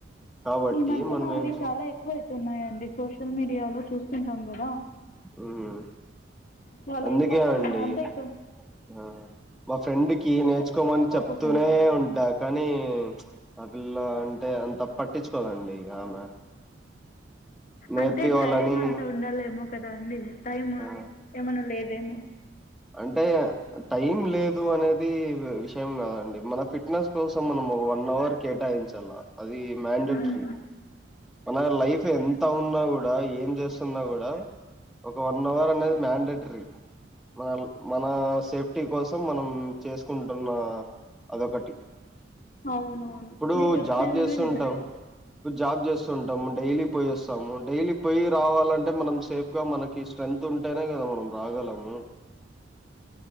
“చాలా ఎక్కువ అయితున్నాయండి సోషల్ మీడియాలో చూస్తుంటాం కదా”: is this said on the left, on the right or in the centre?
Left